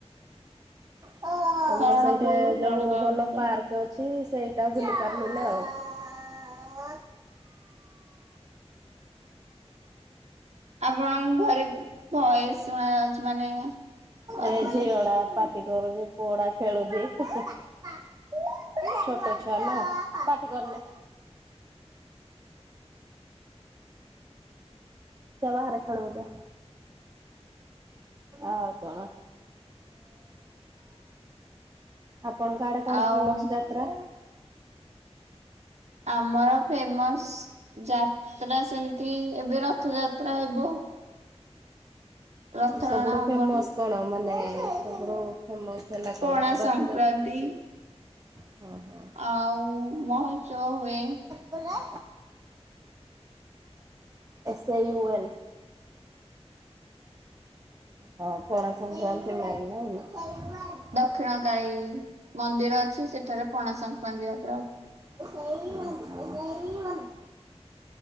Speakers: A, on the right; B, on the right.
A: ତମର
B: ଶରଣକୁଳୁ
A: ସେଇଠି ଯୋଉ
B: ଦଳୁବାବା
A: ଭଲ
B: ମନ୍ଦିର
A: ପାର୍କ ଅଛି। ସେଇଟା ବୁଲି ପାରିବିନି ଆଉ।
B: ଆପଣଙ୍କ ଘରେ ଭଏସ୍ ଶୁଣାଯାଉଚି ମାନେ ଅଧିକ
A: ଏଇ ଝିଅଟା ପାଟି କରୁଚି ପୁଅଟା ଖେଳୁଚି। ଛୋଟ ଛୁଆ ନାଁ ପାଟି କରନି। ଯାଆ ବାହାରେ ଖେଳିବୁ ଯାଆ। ଆଉ କଣ? ଆପଣଙ୍କ ଆଡ଼େ କଣ
B: ଆଉ
A: ଫେମସ୍ ଯାତ୍ରା?
B: ଆମର ଫେମସ୍ ଯାତ୍ରା ସେମିତି ଏବେ ରଥଯାତ୍ରା ହେବ। ରଥ
A: ଏ ସବୁଠୁ
B: ଟଣା ହବନି
A: ଫେମସ୍ କଣ ମାନେ ସବୁଠୁ ଫେମସ୍ ହେଲା କଣ
B: ପଣା
A: ରଥଯାତ୍ରା।
B: ସଂକ୍ରାନ୍ତି
A: ଓହୋ।
B: ଆଉ ମହାଉତ୍ସବ ହୁଏ।
A: ଗଲା। S U L. ହଁ ପଣା ସଂକ୍ରାନ୍ତି ମାନେ
B: ଦକ୍ଷିଣକାଳୀ ମନ୍ଦିର ଅଛି। ସେଠାରେ ପଣାସଂକ୍ରାନ୍ତି ଯାତ୍ରା
A: S U N S U N.